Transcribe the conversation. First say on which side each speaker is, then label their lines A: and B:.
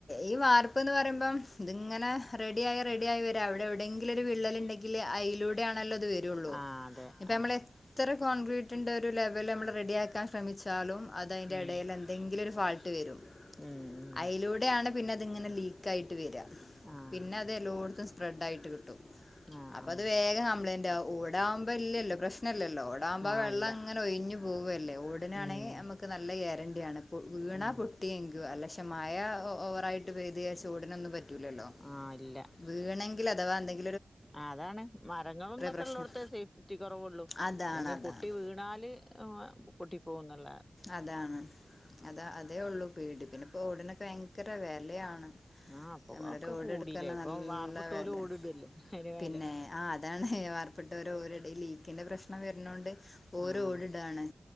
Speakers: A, on the left; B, on the left.
A: ഈ വാർ പ്പ്ന്ന് പറയുമ്പം ത്ങ്ങനെ റെഡിയായി റെഡിയായി വെരാ ഔടെ എവ്ടെയെ ര് വിള്ളല്ണ്ടെങ്കില് അയിലൂടെ ആണല്ലോ ത് വെരുള്ളൂ
B: ആഹ് അതെ
A: ഞ്ഞിപ്പ
B: ആഹ്
A: ഞമ്മളെ ത്ര കോൺക്രീറ്റിന്റെ ഒര് ലെവലമ്മള് റെഡി ആ ക്കാൻ ശ്രമിച്ചാലും അതയ്ന്റെ
B: ഉം
A: ടേലെന്തെങ്കിലും ഒരു ഫാൾട്ട് വെരും
B: ഉം ഉം
A: അയിലൂ ടെയാണ് പിന്നത്ങ്ങനെ ലീക്കായിട്ട് വെരാ.
B: ആഹ്
A: പിന്നത് എല്ലോട്ത്തും സ്പ്രഡാ യിട്ട് കിട്ടും.
B: ആഹ്
A: അപ്പ
B: ആഹ്
A: അത് വേഗം അംപ്ലയന്റ് ആകും ഊടാവുമ്പോ ഇല്ലല്ലോ പ്രശ്നല്ലല്ലോ. ഓടാവുമ്പോ
B: ആഹ്
A: വെള്ളം
B: ഇല്ല
A: ങ്ങനെ ഒഴിഞ്ഞ് പോവല്ലേ ഓടിനാണെങ്കി
B: ഉം
A: ഞമ്മക്ക് നല്ല ഗ്യാരൻണ്ടിയാണ് പൊ വീണാ
B: ഉം
A: പൊട്ട് ട്ടി നിക്കും അല്ല ക്ഷെ മയ ഓവറായിട്ട് പെയ്ത് ജാര്ച് ഓടിനൊന്നും പറ്റൂലല്ലോ.
B: ആ ഇല്ല.
A: വീണെങ്കില് അഥവാ എന്തെങ്ക്
B: ആ അതാണ് മരങ്ങളും തൊക്കെ
A: പ്രശ്നം
B: ള്ളോട്ത്തേ സേഫ്റ്റി കൊറവൊള്ളൂ
A: അതാണ്
B: അല്ലാതെ
A: അതാണ്
B: പൊട്ടി വീണാല് പൊട്ടി പോകുന്ന്ള്ളേ
A: അതാണ് അതാ അതേ ഒള്ളൂ പേടി പിന്നെ പ്പോ ഓടിനൊക്കെ ഭയങ്കര വെലയാണ്
B: ആഹ് ഇപ്പൊ
A: നമ്മളൊരു
B: ഒക്കെ
A: ഓട്
B: കൂടില്ലേ
A: ട്ക്കാർഞ്ഞാ
B: ഇപ്പൊ
A: നല്ല
B: വാർപ്പിട്ടോല്
A: വെലേ
B: ഓടിടല്ലേ അയിന്റെ മേലെ
A: പിന്നെ ആ അത് അതാണേയ് വാർപ്പ്ട്ടവര് ഓര്ടെ ഈ ലീക്കിന്റെ പ്രശ്നം വരുനോണ്ട് ഓരും
B: ആഹ്
A: ഓട് ടേണ്